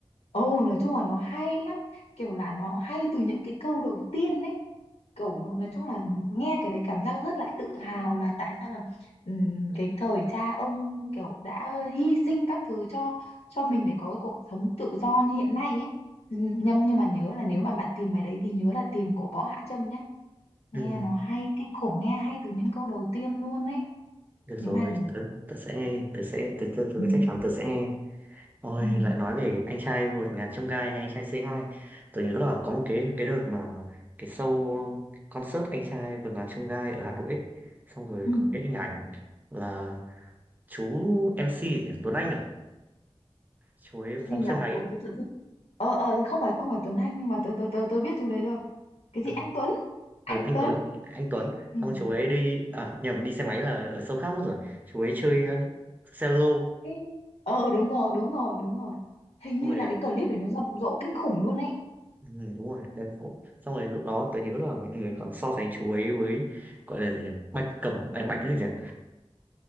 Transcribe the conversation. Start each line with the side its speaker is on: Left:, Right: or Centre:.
Left: Ồ, nói chung là nó hay lắm kiểu là nó hay từ những cái câu đầu tiên ấy kiểu nói chung là nghe cái đấy cảm giác rất là tự hào là tại sao là ừm, cái thời cha ông kiểu đã hy sinh các thứ cho cho mình để có cái cuộc sống tự do như hiện nay ấy Ừm, nhưng nhưng mà nhớ là nếu mà bạn tìm bài đấy thì nhớ là tìm của Võ Hạ Trâm nhá nghe
Right: ừ.
Left: nó hay kinh khủng nghe hay từ những câu đầu tiên luôn ấy
Right: Được
Left: nhưng
Right: rồi,
Left: mà
Right: tớ, tớ sẽ nghe, tớ sẽ, tớ, tớ, tớ
Left: ừ,
Right: chắc chắn tớ sẽ nghe. Ôi,
Left: ừ,
Right: lại nói về anh trai vượt ngàn chông gai hay anh trai c hai, Tớ nhớ là có một cái cái đợt mà cái show um, concert anh trai vượt ngàn chông gai ở Hà Nội ấy. Xong rồi
Left: ừ.
Right: có một cái hình ảnh là chú MC gì nhỉ? Tuấn Anh à? Chú ấy
Left: cái
Right: phóng
Left: gì nhỉ
Right: xe máy.
Left: Ủa,
Right: ấy.
Left: tự tự dưng- ờ ờ thì không phải không phải Tuấn Anh nhưng mà tớ tớ tớ tôi biết chú đấy rồi cái
Right: Ừ.
Left: gì anh Tuấn anh
Right: Ừ, anh
Left: Tuấn
Right: Tuấn, anh Tuấn.
Left: ừ.
Right: Xong chú ấy đi, à nhầm, đi xe máy là ở show khác mất rồi. Chú ấy chơi uh, cello.
Left: cái ờ đúng rồi đúng rồi đúng rồi hình
Right: Xong
Left: như
Right: rồi
Left: là cái clip để nó rầm rộ kinh khủng luôn ấy
Right: Ừ, đúng rồi đẹp cũng xong rồi lúc đó tớ nhớ là mọi người còn so sánh chú ấy với gọi là gì nhỉ bạch cẩm à, bạch cái gì nhỉ